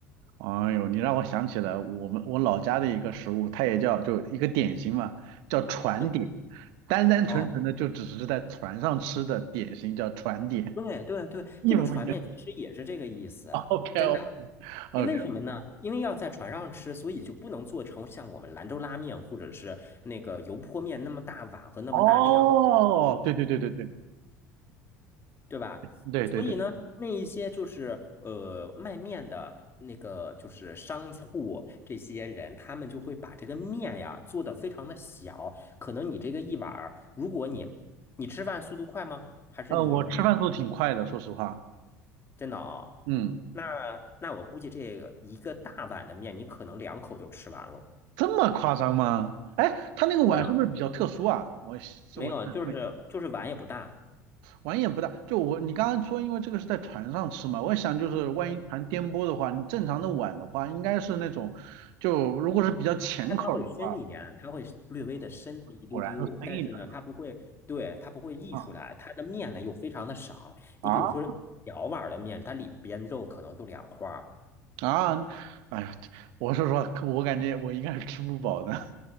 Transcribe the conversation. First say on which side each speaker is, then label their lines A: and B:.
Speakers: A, on the right (about 65°); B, on the left (about 30°).
A: 哎呦，你让我想起了我们我老家的一个食物，它也叫就一个点心嘛，叫船点，
B: 嗯，
A: 单单纯纯的就只是在船上吃的点心叫船点，
B: 哦，对对对，
A: 一模一样。
B: 这个船面其实也是这个意思，
A: <laughs> OK
B: 真的。
A: 哦
B: 因为什么呢？
A: OK，
B: 因为要在船上吃，所以就不能做成像我们兰州拉面或者是那个油泼面那么大碗和那么大量，
A: 哦，
B: 因为
A: 对对对对对
B: 对吧？
A: 对对对对，
B: 所以呢，那一些就是呃卖面的那个就是商户这些人，他们就会把这个面呀做得非常的小。可能你这个一碗儿，如果你你吃饭速度快吗？还是你每
A: 呃，我吃饭速度挺快的，说实话，
B: 真的啊、
A: 嗯，
B: 那那我估计这个一个大碗的面，你可能两口就吃完了。
A: 这么夸张吗？哎，他那个碗是不是比较特殊啊？
B: 对啊，
A: 我我我
B: 没有，就是就是碗也不大。
A: 碗也不大，就我你刚刚说，因为这个是在船上吃嘛，我想就是万一船颠簸的话，
B: 对。
A: 你正常的碗的话，应该是那种，就如果是比较浅口儿的话，
B: 它它会深一点，它会略微的深那么一丢丢，
A: 果然是深一点儿
B: 但是呢，它不会，对，它不会溢出来，
A: 啊
B: 它的面呢又非常的少。
A: 啊
B: 你比如说小碗的面，它里边肉可能就两块儿。
A: 啊！哎呀，我是说，我感觉我应该是吃不饱的。